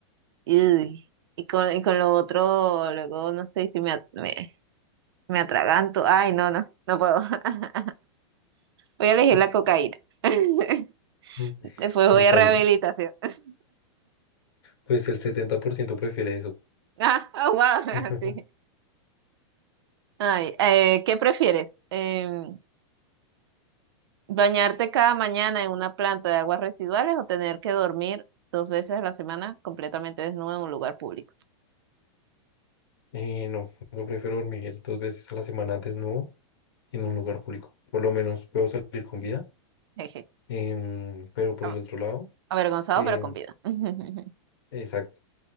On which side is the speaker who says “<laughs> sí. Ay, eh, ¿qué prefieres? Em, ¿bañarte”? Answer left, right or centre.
Right